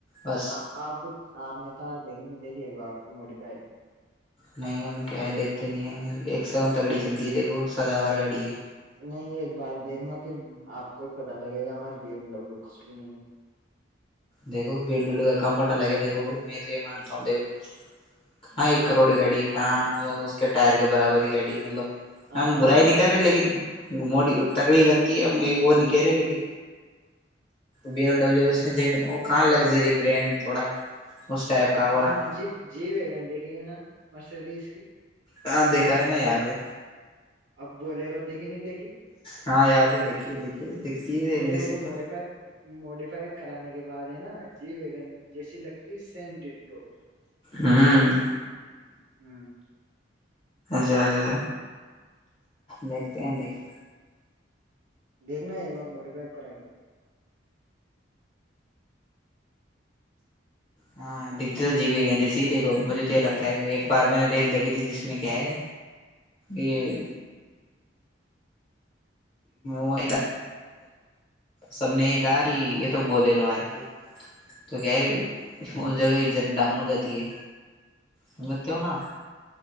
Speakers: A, on the left; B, on the right.
A: بس
B: آپ آپ کو آپ نے تھا دیکھے نہیں دیکھ ایک بات تو موڈیفائی
A: نہیں ہم کیا ہے دیکھتے نہیں ہیں ایک سون تگڑی چلتی ہے دیکھو سداوار گاڑی ہے
B: نہیں ایک بار دیکھنا پھر آپ کو بھی پتا لگے گا ہماراریے بی ایم ڈبلو بھی نہیں
A: دیکھو بینڈلو کا کمبٹا لگے دھو میں یہ مانتا ہوں دیکھو کہاں ایک کروڑ
B: ب
A: گاڑی کہاں اس کے ٹائر کے برابر ہی گاڑی مطلب
B: ہاں
A: ہم
B: ہاں
A: برائی نہیں
B: میں
A: کر رہے لیکن موڑ تگڑیلتیک گرے ل کے بھی میں زمین وہ کہاں لگژری برینڈ تھوڑا اس ٹائپ کا ہو
B: اپ
A: رہا
B: نے جی جی دیکھیں نا مرسیڈیز
A: ہاں دیکھا نا یاد ہے
B: اب بولے رہو دیکھی نہیں دیکھی
A: ہاں یاد ہے دیکھیے دیکھیے دکھتی ہے
B: بولے
A: ایک جیسی
B: رہو وہ
A: تو
B: موڈیفائی موڈیفائی کرانے کے بعد ہے نا جی ویگن جیسی لگتی سیم ڈٹ
A: ہوں
B: ہ
A: جی جی
B: ہ
A: دیکھتے ہیں دیکھتے
B: دیکھنا ایکار موٹے پائپ کرا کے
A: ہاں
B: ہ
A: دیکھیے تو جیے جیسے ہی دیکھو مجھے تو یہ لگتا ہے ایک بار میں نے ریل دیکھی تھی جس میں کیا ہے یہ وہ سب نے یہ کہا کہ یہ تو بولے رہو آجے تو کیا ہے اس جگہ عزت ڈاؤن ہو جاتی ہے سمجھتے ہو نا آپ